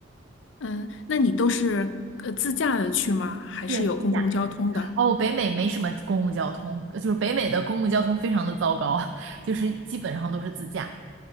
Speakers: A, on the left (about 70°); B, on the right (about 70°).
A: 嗯，那你都是呃自驾的去吗？还是有公共交通的？
B: 对，自驾。哦，北美没什么公共交通，就是北美的公共交通非常的糟糕，<laughs> 就是基本上都是自驾。